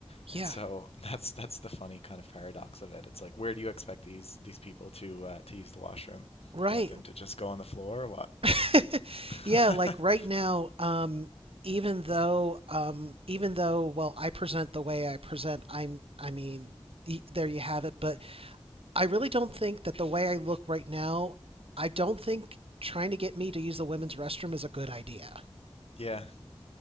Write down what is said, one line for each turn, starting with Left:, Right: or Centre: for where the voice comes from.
Right: Yeah,
Left: And so <laughs> that's that's the funny kind of paradox of it. It's like, where do you expect these these people to uh, to use the washroom?
Right: right.
Left: Do you want them to just go on the floor or what? <laughs>
Right: <laughs> Yeah, like right now, um, even though, um, even though, well, I present the way I present, I'm, I mean, y- there you have it. But I really don't think that the way I look right now, I don't think trying to get me to use the women's restroom is a good idea.
Left: Yeah.